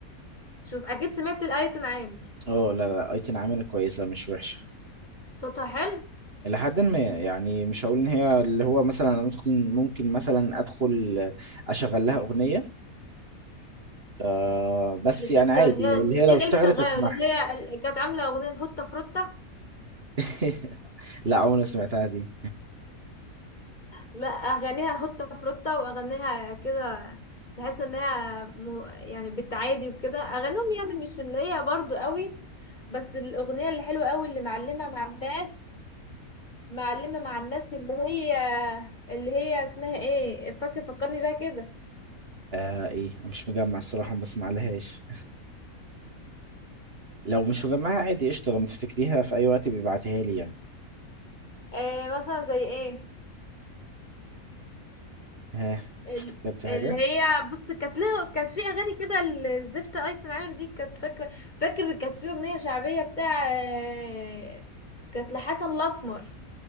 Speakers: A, on the left; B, on the right.
A: شوف أكيد سمعت الأيتن عامر
B: اه لا لا أيتن عامل كويسة مش وحشة
A: صوتها حلو
B: إلى حد ما يعني مش هقول إن هي اللي هو مثلا أنا ممكن ممكن مثلا أدخل أشغل لها أغنية آه بس
A: اللي كانت
B: يعني عادي
A: هي الأغنية
B: اللي هي لو اشتغلت
A: دي اللي شغالة
B: اسمعها
A: اللي هي اللي كانت عاملة أغنية هوتة فروتة
B: <laughs> لا عمري ما سمعتها دي
A: لا اغانيها هوتة فروتة واغانيها كده تحس انها م... يعني بالتعادي وكده اغانيهم يعني مش اللي هي برضو قوي بس الاغنية اللي حلوة قوي اللي معلمة مع الناس معلمة مع الناس اللي هي اللي هي اسمها ايه فاكر فكرني بيها كده
B: آه ايه أنا مش مجمع الصراحة ما بسمع لهاش لو مش مجمعها عادي قشطة لما تفتكريها في اي وقت بيبعتيها لي يعني
A: آه مثلا زي ايه
B: ها
A: ال...
B: افتكرت حاجة
A: اللي هي بص كانت لها كانت في اغاني كده الزفت ايتن عامر دي كانت فاكره فاكر كانت في اغنيه شعبيه بتاع آه، كانت لحسن الاسمر